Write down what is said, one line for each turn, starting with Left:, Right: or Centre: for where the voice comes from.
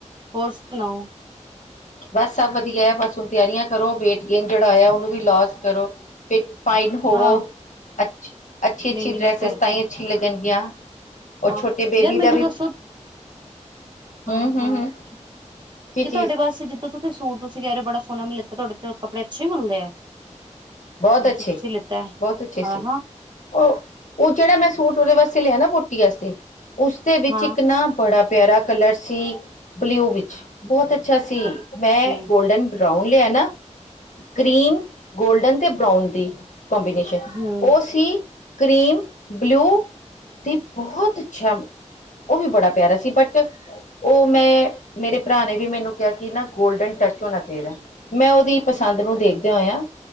Right: ਹੋਰ ਸੁਣਾਓ?
Left: ਬਸ ਸਭ ਵਧੀਆ, ਬਸ ਹੁਣ ਤਿਆਰੀਆਂ ਕਰੋ, ਵੇਟ ਗੇਨ ਜਿਹੜਾ ਹੋਇਆ ਉਹਨੂੰ ਵੀ ਲੋਸ ਕਰੋ ਫਿਰ ਫਾਈਨ ਹੋਵੋ।
Right: ਹਾਂ
Left: ਅ ਅੱਛੀ
Right: ਨਹੀਂ
Left: -ਅੱਛੀ
Right: ਨਹੀਂ
Left: ਡਰੈਸਿਸ
Right: ਮੈਂ ਕਰਤੀ
Left: ਤਾਂ ਹੀ ਅੱਛੀ ਲਗਣਗੀਆਂ। ਔਰ
Right: ਹਾਂ
Left: ਛੋਟੇ ਬੇਬੀ
Right: ਯਾਰ ਮੈਨੂੰ
Left: ਦਾ ਵੀ
Right: ਦੱਸੋ ਹਾਂ-
Left: ਹਮ ਹਮ
Right: ਹਾਂ,
Left: ਹਮ
Right: ਕਿ
Left: ਕੀ ਚੀਜ਼
Right: ਤੁਹਾਡੇ ਵਾਸਤੇ ਜਿੱਦਾਂ ਸੂਟ ਤੁਸੀਂ ਕਹਿ ਰਹੇ ਹੋ ਬੜਾ ਸੋਹਨਾ ਮੈਂ ਲਿੱਤਾ ਤੁਹਾਡੇ ਤੇ ਕੱਪੜੇ ਅੱਛੇ ਮਿਲਦੇ ਆ?
Left: ਬਹੁਤ
Right: ਜਿੱਥੋਂ
Left: ਅੱਛੇ
Right: ਤੁਸੀਂ ਲਿੱਤਾ ਹੈ
Left: ਬਹੁਤ ਅੱਛੇ ਸੀ।
Right: ਹਾਂ ਹਾਂ
Left: ਉਹ ਉਹ ਜਿਹੜਾ ਮੈਂ ਸੂਟ ਉਹਦੇ ਵਾਸਤੇ ਲਿਆ, ਨਾ ਬੋਟ <unintelligible> ਉਸਦੇ ਵਿੱਚ
Right: ਹਾਂ
Left: ਇੱਕ ਨ ਬੜਾ ਪਿਆਰਾ ਕਲਰ ਸੀ ਬਲਿਊ ਵਿੱਚ, ਬਹੁਤ ਅੱਛਾ ਸੀ।
Right: ਓਕੇ
Left: ਮੈਂ ਗੋਲਡਨ ਬਰਾਊਨ ਲਿਆ ਨਾ, ਗ੍ਰੀਨ ਗੋਲਡਨ ਤੇ ਬਰਾਾਊਨ ਦੀ ਕਬੀਨੇਸ਼ਨ,
Right: ਹੂੰ
Left: ਉਹ ਸੀ ਕਰੀਮ ਬਲਿਊ ਤੇ ਬਹੁਤ ਚਛਮ ਉਹ ਵੀ ਬੜਾ ਪਿਆਰਾ ਸੀ, ਬਟ ਉਹ ਮੈਂ ਮੇਰੇ ਭਰਾ ਨੇ ਵੀ ਮੈਨੂੰ ਕਿਹਾ ਕਿ ਨਾ ਗੋਲਡਨ ਟ ਹੋਣਾ ਚਾਹੀਦਾ, ਮੈਂ ਉਹਦੀ ਪਸੰਦ ਨੂੰ ਦੇਖਦੇ ਹੋਇਆ